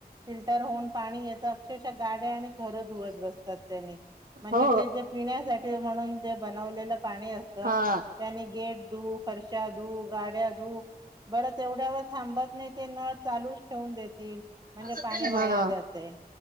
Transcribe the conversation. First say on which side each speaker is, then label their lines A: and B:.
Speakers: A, on the right; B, on the right.
A: फिल्टर होऊन पाणी येतं अक्षऽऽ घरं धुवत बसतात त्याने,, म्हणजे
B: हो
A: ते जे पिण्यासाठी म्हणून जे बनवलेलऽऽ पाणी असत,,
B: हा
A: त्यानी गेट धू, फर्षा धू, गाड्या धूऽऽ बर तेवढ्यावर थांबत नाहीत, ते नळ चालूच ठेवून देतील. म्हणजे
B: हा
A: पाणी वाया जातय,